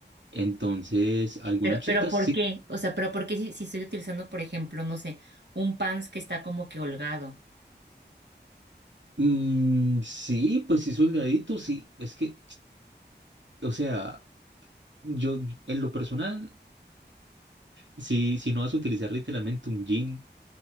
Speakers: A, on the right; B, on the right.
A: Entonces, algunas
B: Pero,
A: chicas
B: pero ¿por
A: sí,
B: qué? O sea, pero ¿por qué si, si estoy utilizando, por ejemplo, no sé, un pants que está como que holgado?
A: mm, sí, pues sí, soldadito, sí, es que, o sea, yo en lo personal. Si, si no vas a utilizar literalmente un jean,